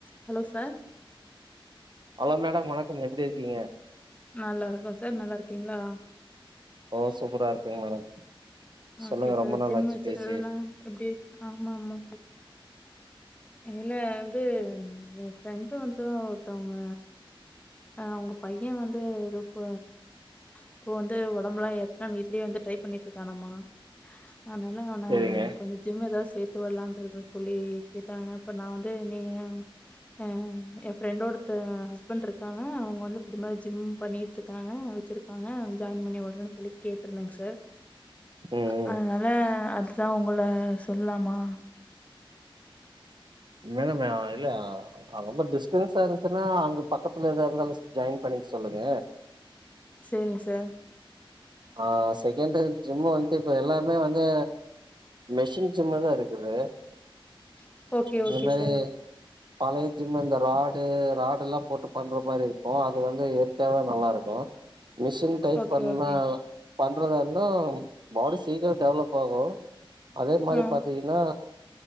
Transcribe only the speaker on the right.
hello madam வணக்கம் எப்டி இருக்கீங்க
ஓ சூப்பரா இருக்கே மேடம் சொல்லுங்க
ரொம்ப நாள்
ஆச்சு
பேசி
சேரிங்க
ம்
ம்
மேடம் அவ இல்ல அவங்க டிஸ்ட்டன்சா இருந்துச்சுன்னா அங்க பக்கத்துல எதா இருந்தாலு ஸ் ஜாயின் பண்ணிக் சொல்லுங்க
ஆ செக்கேண்ட்டு ஜிம்மு வந்ட்டு இப்ப எல்லாமே வந்து மெஷின் ஜிம்மு தா இருக்குது
இந்த
மாரி
பழைய ஜிம் இந்த ராடு ராடுல்லா போட்டு பண்ற மாரி இருக்கூ அது வந்து இயற்கையாவே நல்லாருக்கூ மிஷின் டைப்
பண்ணா
பண்றதா இருந்தும் பாடி சீக்குரோ டெவலப் ஆகூ அதே மாரி
பாத்தீங்கன்னா